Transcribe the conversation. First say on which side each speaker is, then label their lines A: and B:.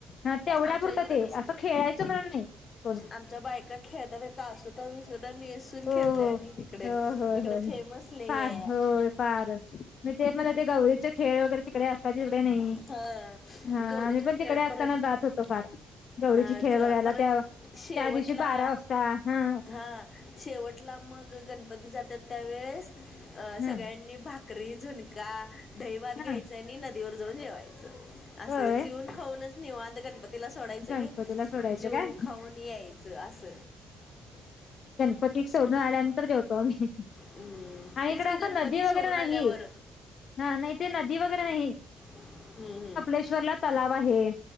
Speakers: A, on the left; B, on the left.
A: हा तेवढ्या
B: आमच्या
A: पुरत
B: इकडं
A: ते
B: तसं
A: असं
B: नाही
A: खेळायचं म्हणून नाही. कोण
B: आमच्या बायका खेळत्याता कासुटा -विसुटा नेसू नेसून
A: हो
B: खेळतय
A: हो
B: आम्ही हिकड,
A: हो होय
B: हिकड
A: होय
B: फेमस लेय
A: फार
B: हाय.
A: होय फार मी ते मला ते, गौरीचे खेळ वगैरे तिकडे अस आता तिकडे नाही,
B: हा
A: हा
B: गौरीचा
A: आम्ही पण
B: खेळ
A: तिकडे असताना
B: परत
A: जात होतो फार. गौरीची
B: अ
A: खेळ
B: ज
A: बघायला
B: परत
A: त्या-
B: शेवटला
A: त्या दिवशी बारा वाजता हा.
B: हा शेवटला मग गणपती जात्यात त्यावेेळेस अ सगळ्यांनी
A: हा
B: भाक री, झुणका, दहीभात घ्यायच
A: हा
B: आणि नदीवर जाऊन जेवायचं. असं
A: होय
B: जीऊन -खाऊनच निवांत गण पतीला सोडायचं
A: गणपतीला
B: आणि
A: सोडायचं
B: जीऊन-
A: काय
B: खाऊन यायचं अस.
A: पतिक सोडून आल्यानंतर जेवतो आम्ही. <inaudible>
B: हम्म
A: आणि
B: तेच
A: इकड
B: की
A: असं
B: गणपती
A: नदी वगैरे
B: सोडून
A: नाही,
B: आल्यावर
A: हा नाही ते नदी वगैरे नाही.
B: हम्म- हम्म.
A: केश्वरला तलाव आहे.